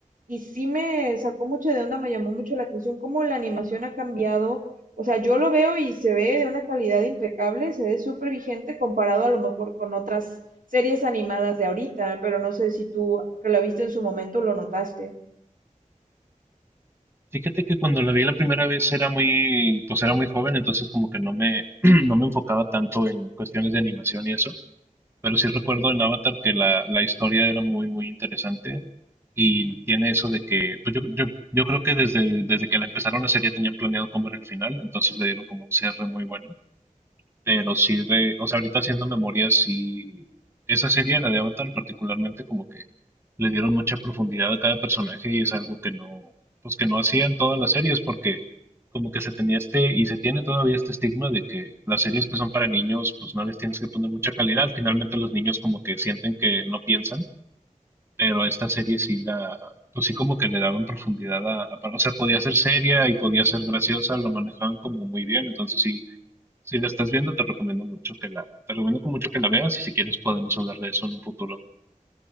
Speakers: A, on the right; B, on the right.
A: y sí me sacó mucho de onda, me llamó mucho la atención cómo la animación ha cambiado. O sea, yo lo veo y se ve de una calidad impecable, se ve súper vigente comparado a lo mejor con otras series animadas de ahorita, pero no sé si tú que lo viste en su momento lo notaste.
B: Fíjate que cuando la vi la primera vez era muy, pues era muy joven, entonces como que no me, <clears throat> no me enfocaba tanto en cuestiones de animación y eso, pero sí recuerdo en Avatar que la, la historia era muy, muy interesante y tiene eso de que, pues yo, yo, yo creo que desde, desde que la empezaron a hacer ya tenían planeado cómo era el final, entonces le dieron como un cierre muy bueno. Pero sí, re- o sea, ahorita haciendo memoria, sí, esa serie, la de Avatar, particularmente, como que le dieron mucha profundidad a cada personaje y es algo que no, pues que no hacían todas las series, porque como que se tenía este, y se tiene todavía este estigma de que las series que son para niños, pues no les tienes que poner mucha calidad. Finalmente los niños como que sienten que no piensan, pero a esta serie sí la, pues sí como que le daban profundidad a, a- o sea, podía ser seria y podía ser graciosa, lo manejaban como muy bien, entonces sí si la estás viendo, te recomiendo mucho que la, te recomiendo con mucho que la veas y si quieres podemos hablar de eso en un futuro.